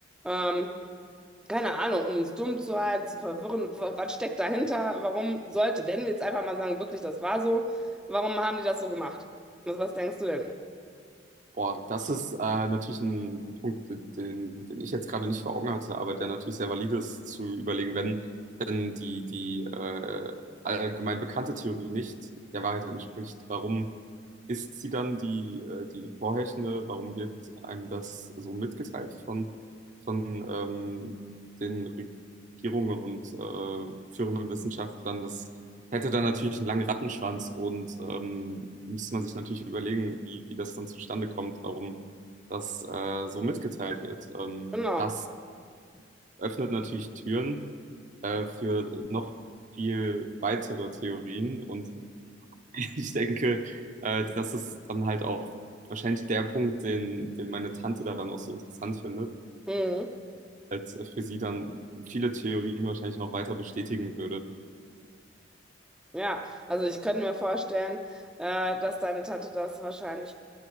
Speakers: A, in the centre; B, on the right.
A: Ähm, keine Ahnung, um uns dumm zu halten, zu verwirren, wa- was steckt dahinter? Warum sollte, wenn wir jetzt einfach mal sagen, wirklich, das war so, warum haben die das so gemacht? Was, was denkst du denn?
B: Boah, das ist äh, natürlich ein Punkt, den, den ich jetzt gerade nicht vor Augen hatte, aber der natürlich sehr valide ist, zu überlegen, wenn wenn die, die äh, allgemein bekannte Theorie nicht der Wahrheit entspricht, warum ist sie dann die, äh, die vorherrschende? Warum wird einem das so mitgeteilt von, von ähm, den Regierungen und äh, führenden Wissenschaftlern, dass hätte dann natürlich einen langen Rattenschwanz und ähm, müsste man sich natürlich überlegen, wie, wie das dann zustande kommt, warum das äh, so mitgeteilt wird. Ähm,
A: Genau.
B: das öffnet natürlich Türen äh, für noch viel weitere Theorien und <laughs> ich denke, äh, das ist dann halt auch wahrscheinlich der Punkt, den, den meine Tante daran auch so interessant findet.
A: Mhm.
B: als äh, für sie dann viele Theorien wahrscheinlich noch weiter bestätigen würde.
A: Ja, also ich könnte mir vorstellen, äh, dass deine Tante das wahrscheinlich